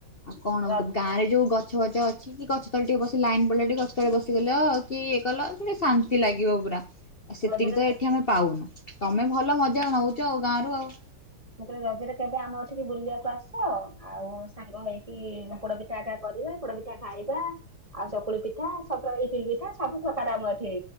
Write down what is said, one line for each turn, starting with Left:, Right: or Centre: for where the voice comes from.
Left: ଆଉ କଣ
Right: ହଁ
Left: ଗାଁରେ ଯୋଉ ଗଛ ଗଛ ଅଛି କି ଗଛ ତ ଟିକ ସେ ଲାଇନ୍ ପଡିଲା ଟିକେ ଗସ୍ତୁାଳେ ବସିଗଲ କି ଇଏ କଲ େ ଶାନ୍ତି ଲାଗିବ ପୁରା ଆ ସେତିକି
Right: ରଜରେ
Left: ତ ଏଠି ଆମେ ପାଉନୁ ତମେ ଭଲ ମଜା ନଉଛ ଗାରୁ ଆଉ
Right: ମୁଁ କହିଲି ରଦିରେ କେବେ ଆମ ଏଠିକି ବୁଲିବାକୁ ଆସ ଆଉ ସାଙ୍ଗ ହେଇକି ପୋଡ଼ ପିଠାଠା କରିବା ପୋଡ ପିଠା ଖାଇବା ଆଉ ଶକୁଳି ପିଠା ସ ଏଇ ତିଲ ପିଠା ସବୁ ପ୍ରକାର ଆମର ଏଠି